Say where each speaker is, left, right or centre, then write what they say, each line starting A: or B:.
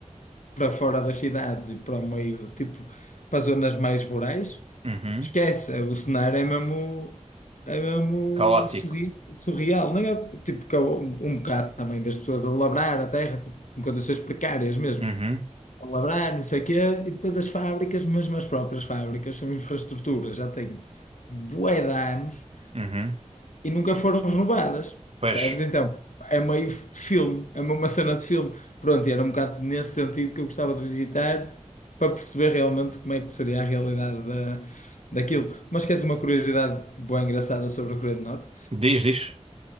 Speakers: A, on the left; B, on the right.
A: para fora das cidades e para o meio, tipo, para as zonas mais rurais,
B: Uhum.
A: esquece, o cenário é mesmo, é mesmo
B: Caótico.
A: surri- surreal, nem é? Tipo, que é um, um bocado também das pessoas a labrar a terra, tipo, em condições precárias mesmo,
B: Uhum,
A: a labrar, não sei o quê, e depois as fábricas, mesmo as próprias fábricas, são infraestruturas, já têm bué de anos
B: uhum.
A: e nunca foram renovadas,
B: Pois,
A: percebes? Então, é meio de filme, é uma uma cena de filme. Pronto, e era um bocado nesse sentido que eu gostava de visitar para perceber realmente como é que seria a realidade da, daquilo. Mas queres uma curiosidade boa engraçada sobre a Coreia do Norte?
B: diz, diz.